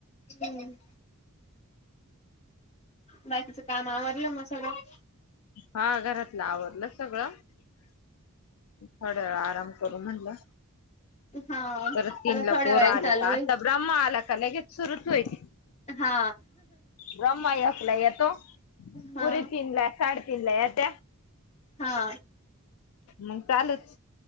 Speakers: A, on the left; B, on the left.
A: हम्म बाकीचं काम आवरलं मग सगळं?
B: हा घरातल आवरल सगळ, <inaudible> जरा आराम करू म्हणलं
A: हा
B: परत तीनला
A: थोड्या
B: पोरं
A: वेळाने
B: आले
A: चालू
B: का,
A: होईल
B: आता ब्राम्हा आला का लगेच सुरूच होईल.
A: हा
B: ब्रम्हा एक ला येतो,
A: हा
B: पुरी तीनला साडेतीन ला येत्या.
A: हा
B: मंग चालूच